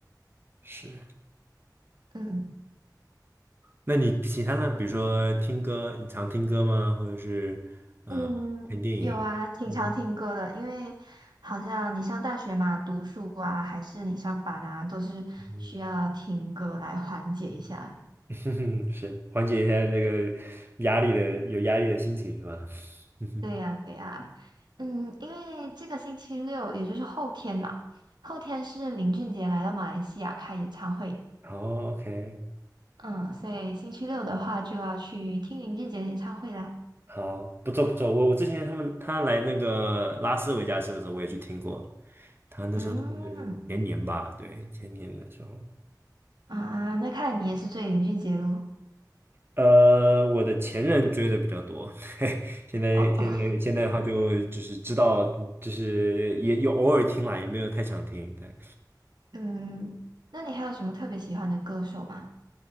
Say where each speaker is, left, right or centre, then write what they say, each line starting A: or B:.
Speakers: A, on the right; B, on the right.
A: <laughs> 是。
B: 嗯
A: 那你其他呢？比如说听歌，你常听歌吗？或者是呃看电影？
B: 嗯，有啊，挺常听歌的，
A: 嗯
B: 因为好像你上大学嘛，读书啊，还是你上班啊，都是需要听歌来缓解一下。
A: 嗯 <laughs> 哼哼，是缓解一下那个压力的有压力的心情是吧？<laughs> 嗯哼，
B: 对呀，对呀，嗯，因为这个星期六，也就是后天嘛，后天是林俊杰来到马来西亚开演唱会，
A: 好，OK，
B: 嗯，所以星期六的话就要去听林俊杰的演唱会啦。
A: 好，不错不错。我我之前他们他来那个拉斯维加斯的时候，我也去听过。他那时候是前年吧，
B: 嗯，
A: 对，前年的时候。
B: 啊，那看来你也是追林俊杰喽。
A: 呃，我的前任追的比较多，<laughs> 现在现在现在的话就就是知道，
B: 哦，哦，
A: 就是也有偶尔听啦，也没有太常听。对，
B: 嗯，那你还有什么特别喜欢的歌手吗？